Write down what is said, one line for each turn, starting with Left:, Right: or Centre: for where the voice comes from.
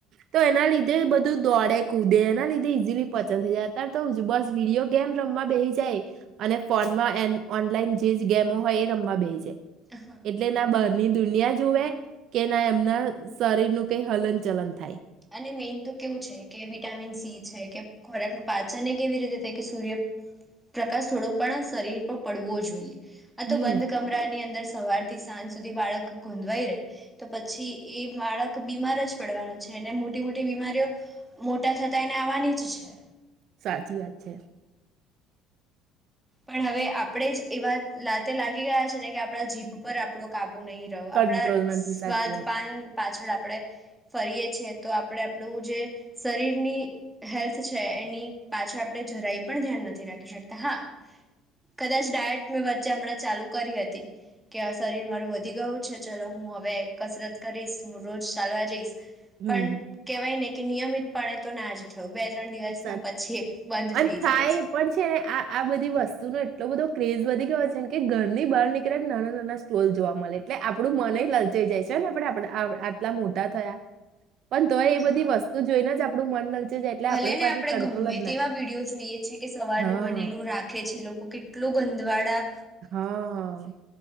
Right: તો એના લીધે બધું દોડે કૂદે એના લીધે ઈઝીલી પચન થઈ જાય. અત્યાર તો બસ વિડીયો ગેમ રમવા બેહી જાય અને ફોનમાં એમ ઓનલાઈન જે ગેમો હોય એ રમવા બેહી જાય.
Centre: હા
Right: એટલે ના બહાર ની દુનિયા જુવે કે ના એમના શરીર નું કઈ હલન ચલન થાય.
Centre: અને મેઈન તો કેવું છે કે વિટામિન સી છે કે ખોરાકનું પાચન એ કેવી રીતે થાય કે સૂર્ય પ્રકાશ થોડો પણ શરીર પર પડવો જોઈએ. આ
Right: હમ
Centre: તો બંધ કમરા ની અંદર સવાર થી સાંજ સુધી બાળક ગોંધવાઈ રહેે તો પછી એ બાળક બીમાર જ પડવાનું છે ને મોટી મોટી બીમારીઓ મોટા થતા એને આવવાની જ છે.
Right: સાચી વાત છે.
Centre: પણ હવે આપડે જ એવા લાતે લાગી ગયા છે ને કે આપડા જીભ પર આપણો કા બૂ નહીં રહો
Right: કંટ્રોલ
Centre: આપણા
Right: નથી
Centre: સ્વાદ
Right: સાચી વાત
Centre: પાન પાછળ આપણે ફરીએ છીએ તો આપણે આપણું જે શરીરની હેલ્થ છે એની પાછળ આપણે જરાય પણ ધ્યાન નથી રા ખી શકતા હા. કદાચ ડાયટ મેં વચ્ચે હમણાં ચાલુ કરી હતી કે શરીર મારું વધી ગયું છે ચલો હું હવે કસરત કરીશ હું રોજ ચાલવા જઈશ
Right: હમ
Centre: પણ કહેવાય નહી કે નિયમિતપણેે તો ના જ બે ત્રણ દિવસમાં
Right: સાચ
Centre: પછી બંધ
Right: અને
Centre: થઈ
Right: થાય
Centre: જાય
Right: પણ છે આ આ બધી વસ્તુનો એટલો બધો ક્રેઝ વધી ગયો છે કે ઘરની બહ નીકળ્યા નાના નાના સ્ટોલ જોવા મળે એટલે આપણું મને લલચાઈ જાય છે ને આપે આટલા મોટા થયા પણ તો એ બધી
Centre: હા
Right: વસ્તુ જોઈને જ આપ આપણું મન લલચાઇ જાય એટલે
Centre: ભલે
Right: આપણે
Centre: ને
Right: પાછી કંટ્રોલ
Centre: ગમે
Right: જ ના
Centre: તેવા વિડીયો જોઈએ છે કે સવારનું
Right: હા
Centre: બનેલું રાખે છે લોકો કેટલો ગંધવાળા
Right: હા